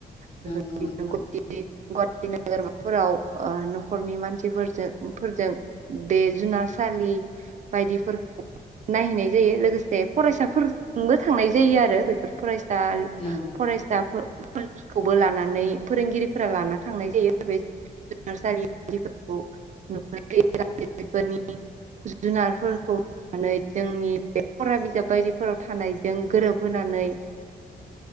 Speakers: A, on the right; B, on the left.
A: बेफोरबायदिनो
B: नंगौ नोंथां
A: ग गुवाहाटि नोगोरमाफोराव न'खरनि मानसिफोरजों फोरजों बे जुनारसालि बायदि। नायहैनाय जायो लोगोसे फरायसाफोरबो थांनाय जायो आरो बेफोर फरायसा
B: नंगौ
A: फरायसाफोर कलेज खौबो लानानै फोरोंगिरिफोरा लाना थांनाय जायो आरो। जुनारसालिफोरखौ न बेफोरनि जुनारफोरखौनानै जोंनि फरा बिजाब बायदिफोराव थानायजों गोरोबहोनानै